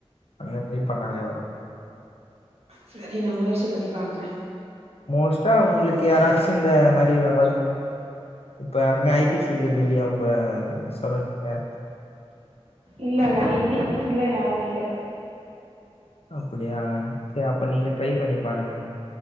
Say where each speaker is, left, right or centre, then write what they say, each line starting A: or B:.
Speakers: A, on the left (about 70°); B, on the right (about 75°).
A: அந்த மாரி பண்ணாலே வரு
B: சரி நா முயற்சி பண்ணி பாக்றே
A: மோஸ்டா உங்ளுக்கு யாராச்சு இந்த மாரி ஒர் இப்ப யாருமே ஐ டி ஃபீல்ட்ல இல்லையா உங்க சரௌண்டிங்ல
B: இல்லல்ல ஐ டி ஃபீல்ட்ல யாரு இல்ல
A: அப்புடியா சேர் அப்ப நீங்க ட்ரை பண்ணி பாருங்க